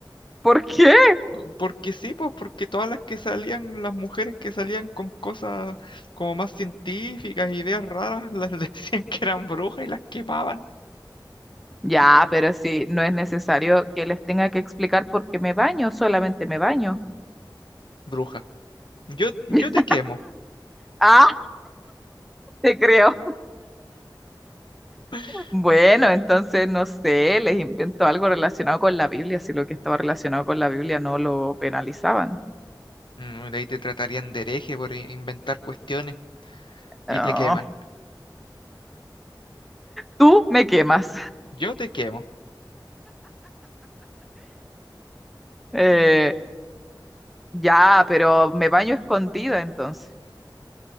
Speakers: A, in the centre; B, on the left.
A: ¿Por qué?
B: ¿no? Porque sí, pues porque todas las que salían, las mujeres que salían con cosas como más científicas, ideas raras, las <laughs> decían que eran brujas y las quemaban.
A: Ya, pero sí, no es necesario que les tenga que explicar por qué me baño, solamente me baño.
B: Bruja. Yo, yo
A: <laughs>
B: te quemo.
A: Ah, te creo.
B: <laughs>
A: Bueno, entonces no sé, les invento algo relacionado con la Biblia, si lo que estaba relacionado con la Biblia no lo penalizaban.
B: Mm, De ahí te tratarían de hereje por in- inventar cuestiones y
A: Ah.
B: te queman.
A: Tú me quemas.
B: Yo te quemo.
A: Eh, ya, pero me baño escondida entonces.